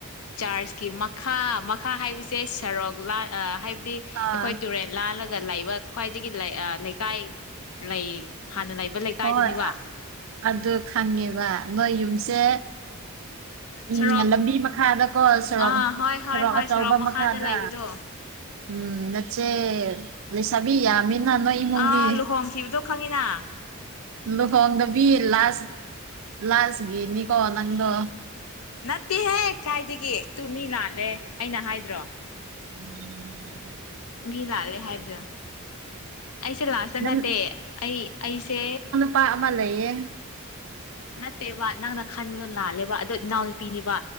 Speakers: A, on the left (about 70°); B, on the right (about 65°).
A: ꯆꯥꯔꯁꯀꯤ ꯃꯈꯥ ꯃꯈꯥ ꯍꯥꯏꯕꯁꯦ ꯁꯔꯣꯛ ꯂꯥ ꯑ ꯍꯥꯏꯕꯗꯤ
B: ꯑꯥ
A: ꯑꯩꯈꯣꯏ ꯇꯨꯔꯦꯟ ꯂꯥꯜꯂꯒ ꯂꯩꯕ ꯈ꯭ꯋꯥꯏꯗꯒꯤ ꯂꯩ ꯑ ꯂꯩꯀꯥꯏ ꯂꯩ ꯍꯥꯟꯅ ꯂꯩꯕ ꯂꯩꯀꯥꯏꯗꯨꯅꯤꯕ
B: ꯍꯣꯏ ꯑꯗꯨ ꯈꯪꯉꯦꯕ ꯅꯣꯏ ꯌꯨꯝꯁꯦ ꯎꯝ
A: ꯁꯣꯔꯣꯛ
B: ꯂꯝꯕꯤ ꯃꯈꯥꯗꯀꯣ ꯁꯣꯔꯣꯛ
A: ꯑꯥ ꯍꯣꯏ ꯍꯣꯏ
B: ꯁꯣꯔꯣꯛ
A: ꯍꯣꯏ
B: ꯑꯆꯧꯕ ꯃꯈꯥꯗ
A: ꯂꯩꯕꯗꯣ
B: ꯎꯝ ꯅꯠꯆꯦ ꯂꯩꯁꯥꯕꯤ ꯌꯥꯝꯃꯤꯅ ꯅꯣꯏ ꯏꯃꯨꯡꯗꯤ
A: ꯑꯥ ꯂꯨꯍꯣꯡꯈꯤꯕꯗꯣ ꯈꯪꯉꯤꯅ
B: ꯂꯨꯍꯣꯡꯗꯕꯤ ꯂꯥꯁ ꯂꯥꯁꯒꯤꯅꯤꯀꯣ ꯅꯪꯗꯣ
A: ꯅꯠꯇꯦꯍꯦ ꯀꯥꯏꯗꯒꯤ ꯇꯨ ꯃꯤ ꯂꯥꯜꯂꯦ ꯑꯩꯅ ꯍꯥꯏꯗ꯭ꯔꯣ
B: <inaudible>
A: ꯃꯤ ꯂꯥꯜꯂꯦ ꯍꯥꯏꯕꯗꯣ ꯑꯩꯁꯦ ꯂꯥꯛꯇ
B: ꯅꯪ
A: ꯅꯠꯇꯦ ꯑꯩ ꯑꯩꯁꯦ
B: ꯄꯥ ꯑꯃ ꯂꯩꯌꯦ
A: ꯅꯠꯇꯦꯕ ꯅꯪꯅ ꯈꯟꯕꯗꯨ ꯂꯥꯜꯂꯦꯕ ꯑꯗꯣ ꯏꯅꯥꯎ ꯅꯨꯄꯤꯅꯦꯕ